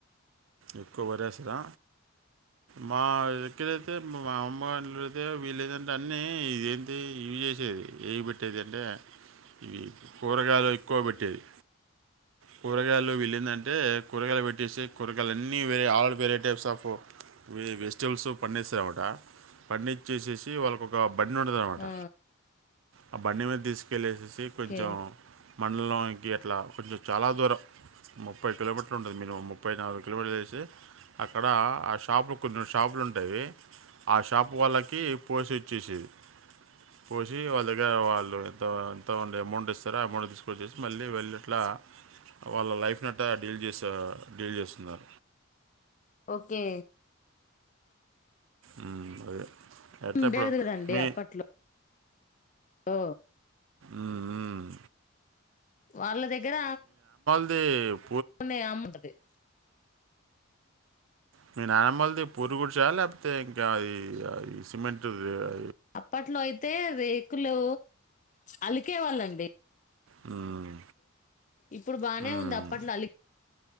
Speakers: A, on the right; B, on the left.
A: ఎక్కువ వరేస్తా మా ఇక్కడైతే మా అమ్మగారి అయితే వీళ్ళ ఏంటంటే అన్నీ ఇదేంటి ఇవి చేసేది ఏవి పెట్టేది అంటే ఇవి కూరగాయలు ఎక్కువ పెట్టేది కూరగాయలు వీళ్ళ ఏందంటే కూరగాయలు పెట్ట చేసి కూర్ ఆల్ వేరే టైప్స్ ఆఫ్ వెజిటబుల్స్ పాన్డిస్తాది ది అనమాట పాడించేసేసి వాల్ ఒక బండి ఉన్నదన్నమాట.
B: ఆ
A: ఆ బండి మీద తీసుకెళ్లే ఎసేసి. అది కొంచం
B: ఓకే
A: మండలానికి అట్లా కొంచెం చాలా దూరం ముప్పై కిలోమీటర్లు ఉంటుంది. మినిమం ముప్పై నాలుగు కిలోమీటర్ వసి అక్కడ ఆ షాప్ లో కొ షాపులు ఉంటాయి ఆ షాప్ వాళ్ళకి పోసి ఇచ్చేది. పోసి వాళ్ళ దగ్గర వాళ్ళు ఎంత ఎంత అమౌంట్ ఇస్తారో అమౌంట్ తీసుకొచ్చసి మళ్ళీ వెళ్ళు అట్లా వాళ్ళ లైఫ్ ను అట్ట డీల్ చేస డీల్ చేస్తున్నారు.
B: ఓకే
A: మ్మ్ ఎట్లా
B: ఉండేవారు
A: ఇప్పుడు
B: కదండి
A: మీ
B: అప్పట్లో. ఓ
A: మ్మ్ మ్మ్
B: వాళ్ళ దగ్గర
A: అ
B: ఉన్నే అమంటది <unintelligible>
A: మీ నానమ్మలది పూరి గుడిస లేకపోతే ఇంకా సిమెంట్ ది ఆ
B: అప్పట్లో అయితే రేకులు అలికే వాళ్ళండి.
A: హ్మ్.
B: ఇప్పుడు బానే
A: హ్మ్.
B: ఉంది అప్పట్లో